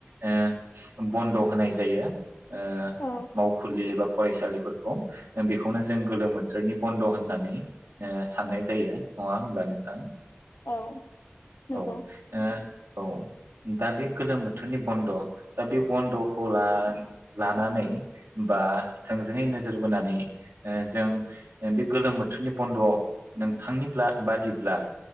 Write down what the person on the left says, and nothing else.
औ
औ नंगौ